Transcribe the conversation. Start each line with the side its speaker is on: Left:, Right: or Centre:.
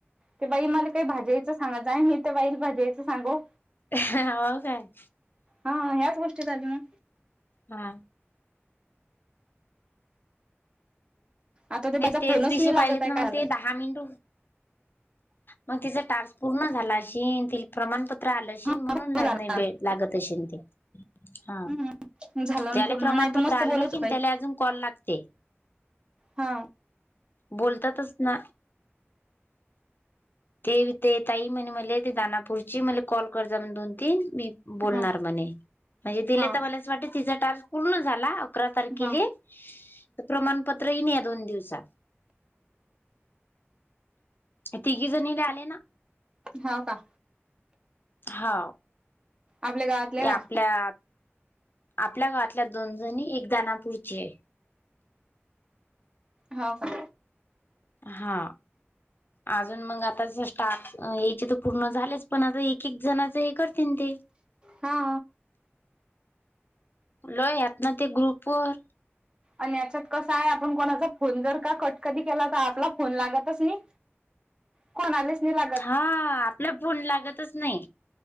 Right: ते बाई मला काही भाज्यायचं सांगा जाय मी ते बाई भाजयचं सांगो
Left: ह हो काय
Right: हा ह्याच गोष्टीत आली ना
Left: हा
Right: आता ते बचा
Left: तेच
Right: फोनच
Left: विषय
Right: नला
Left: पाहिजेत
Right: जातय
Left: ना
Right: कायला
Left: मग ते दहा मिनिट मग तिचा टार्स् पूर्ण झाला अशी ति प्रमाणपत्र प्रालशीील
Right: कायला
Left: म्हणून नाही भे लागत असशी ते हा
Right: हम्म झालं
Left: त्याला
Right: ना पूर्ण
Left: प्रमाणपत्र
Right: नाही तर मस्त
Left: आले
Right: बोलत
Left: नाही कि
Right: बाई
Left: त्याला अजून कॉल लागते
Right: हा
Left: बोलतातच ना तेथेतई म्हणे मला ते दानापूरची मला कॉल कर जा म्हण दोन तीन मी बोलणार
Right: हा
Left: म्हणे म्हणजे तिला
Right: हा
Left: तर मला अस वाट तिचा टार्स्क पूर्ण झाला अकरा तारखेला
Right: हा
Left: प्रमाणपत्रही नाही या दोन दिवसात तिघे जणी र आले ना
Right: हो का
Left: हा
Right: आपल्या गावातल्या का
Left: आपल्या आपल्या गावातल्या दोन जणी एक दानापूरची आहे
Right: हो का
Left: हा अजून मग आता स्टाफ याचे तर पूर्ण झालेच पण आता एक एक जणच हे करतीन ते
Right: हा
Left: लई आत न ते ग्रुप वर
Right: आणि याच्यात कसा आहे आपण कोणाचा फोन जर का कट कधी केला तर आपला फोन लागतच नाही कोणालाच नाही लागत
Left: हा आपल्या फोन लागतच नाही